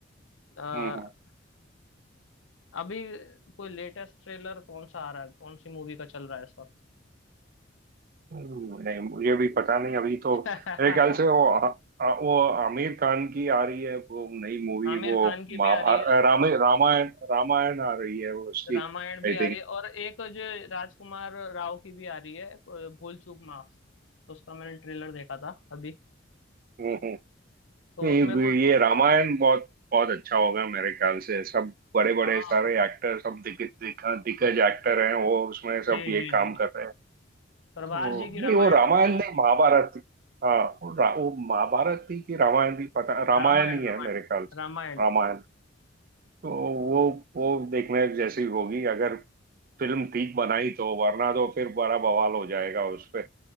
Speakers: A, on the left; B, on the right.
A: अ,
B: हम्म
A: अभी कोई लेटेस्ट ट्रेलर कौन सा आ रहा है कौन सी मूवी का चल रहा है इस वक्त
B: हम्म, नहीं मुझे भी पता नहीं अभी तो
A: <laughs>
B: मेरे ख्याल से वो आ, आ, वो आमिर खान की आ रही है वो नई मूवी
A: आमिर
B: वो
A: खान की
B: महाभारत
A: भी आ रही है
B: रामायण रामायण रामायण आ रही है वो उसकी
A: रामायण भी
B: आई
A: आ रही है और एक जो राजकुमार राव की भी आ रही है अ, भूल चूक माफ उसका मैंने ट्रेलर देखा था अभी
B: थिंक
A: तो
B: नहीं
A: उसमें
B: वे-
A: वो
B: ये रामायण बहुत बहुत अच्छा होगा मेरे ख्याल से सब बड़े बड़े
A: हाँ
B: सारे एक्टर सब दिग, दिग, दिग्गज एक्टर हैं वो उसमें
A: जी
B: सब ये
A: जी
B: काम
A: जी
B: कर रहे हैं
A: प्रभास
B: तो
A: जी की रामायण
B: नहीं वो रामायण
A: तो अच्छी नहीं
B: नहीं
A: थी
B: महाभारत थी। हाँ वो, रा, वो महाभारत थी कि रामायण थी पता रामायण
A: रामायण
B: ही
A: रामायण
B: है मेरे ख्याल से
A: रामायण
B: रामायण तो वो वो देखने जैसी होगी अगर फिल्म ठीक बनाई तो वरना तो फिर बड़ा बवाल हो जाएगा उस पे